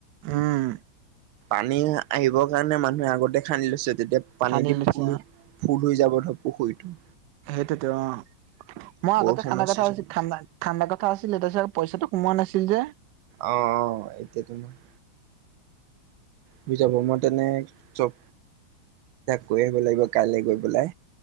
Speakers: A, on the right; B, on the right.
A: উম।
B: পানী আহিবৰ কাৰণে মানুহে আগতে খান্দি লৈছে তেতিয়া পানী
A: খান্দি
B: দি
A: লৈছে
B: ফুল
A: অ
B: ফুল হৈ যাব ধৰ পুখুৰীটো।
A: সেইটোতো অ'। মই
B: বৰষুণৰ
A: আগতে খান্দা কথা
B: ছিজন
A: আছিলে খান্দা খান্দা কথা আছিলে তাৰপিছত পইছাটো উমান আছিল যে।
B: অ', অ' এতিয়াতো নহয়। বুজাব মই তেনে চব কৈ আহিব লাগিব কাইলৈ গৈ পেলাই।